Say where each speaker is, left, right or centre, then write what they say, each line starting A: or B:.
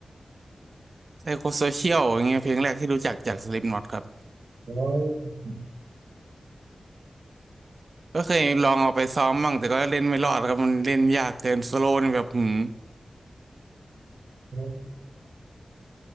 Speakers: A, on the right; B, on the right.
A: ไซโคโซเชียลอย่างเงี้ยเพลงแรกที่รู้จักจากสลิปน็อตครับ
B: <laughs>
A: ก็เคยลองเอาไปซ้อมบ้างแต่ก็เล่นไม่รอดครับมันเล่นยากเกินโซโล่นี่แบบหืม
B: โอ้